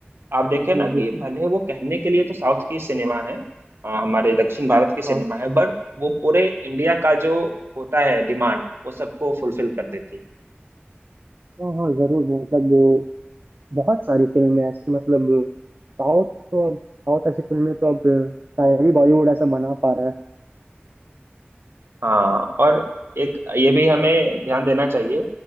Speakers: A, on the right; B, on the right.
A: आप देखिए
B: जी
A: ना कि
B: जी
A: भले वो कहने के लिए तो साउथ की सिनेमा है अ, हमारे दक्षिण भारत की सिनेमा
B: हाँ
A: है बट वो पूरे इंडिया का जो होता है डिमांड वो सबको फुलफिल कर देती है
B: हाँ हाँ जरूर मतलब बहुत सारी फिल्में ऐसी मतलब साउथ तो अब साउथ ऐसी फिल्में तो अब शायद ही बॉलीवुड ऐसा बना पा रहा है
A: हाँ और एक ये भी हमें ध्यान देना चाहिए